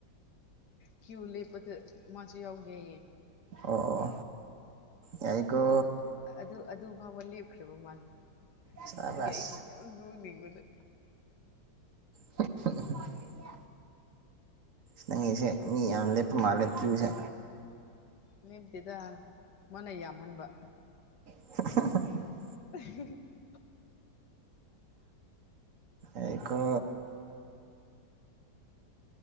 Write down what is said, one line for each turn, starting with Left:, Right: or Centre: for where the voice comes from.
Left: ꯀꯤꯌꯨꯏ ꯂꯦꯄꯗ ꯃꯥꯁꯨ ꯌꯥꯎꯒꯦꯑꯦ
Right: ꯑꯣ ꯑꯣ ꯌꯥꯏꯀꯣ
Left: ꯑꯗꯨ ꯑꯗꯨ ꯑꯗꯨ ꯐꯥꯎꯕ ꯂꯦꯞꯈ꯭ꯔꯦꯕ ꯃꯥꯁꯦ
Right: ꯁꯕꯥꯁ
Left: ꯑꯗꯨꯒꯤ ꯑꯩ ꯌꯥꯝ ꯅꯣꯡꯅꯤꯡꯕꯅ
Right: <unintelligible> ꯅꯪꯒꯤꯁꯦ ꯃꯤ ꯌꯥꯝ ꯂꯦꯞꯄ ꯃꯥꯜꯂꯦ ꯀꯤꯌꯨꯏ ꯁꯦ
Left: ꯂꯦꯞꯇꯦꯗ ꯃꯥꯅ ꯌꯥꯝꯍꯟꯕ
Right: <inaudible>
Left: <inaudible>
Right: ꯑꯩꯀꯣ